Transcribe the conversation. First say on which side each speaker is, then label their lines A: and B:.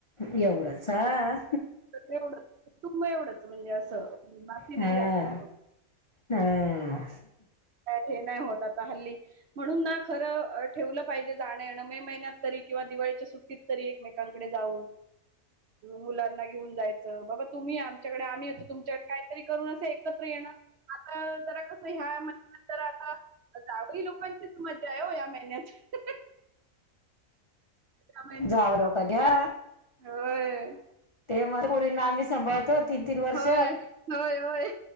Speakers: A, on the left (about 40°); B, on the right (about 60°).
A: एवढंच हा
B: एवढच तुं एवढंच म्हणजे असं माती
A: हा
B: नाही जास्त.
A: हा
B: हे नाही होत आता हल्ली म्हणून ना खर ठेवलं पाहिजे जाण मे महिन्यात तरी किंवा दिवाळीच्या सुट्टीत तरी एकमेकांकडे जाऊन मुलांना. घेऊन जायचं बाबा तुम्ही. च्याकडे आम्ही येतो तुमच्याकडे काहीतरी करून असं एकत्र येणं आता जरा कसं ह्या महि्यात. तर आता जावळी लोकांचीच मज्जा आहे हो या महिन्यात. या महिन्यात
A: जाव लोका घ्या.
B: होय.
A: ते म परीना आम्ही सांभाळतो. तीन तीन वर्ष
B: होय होय होय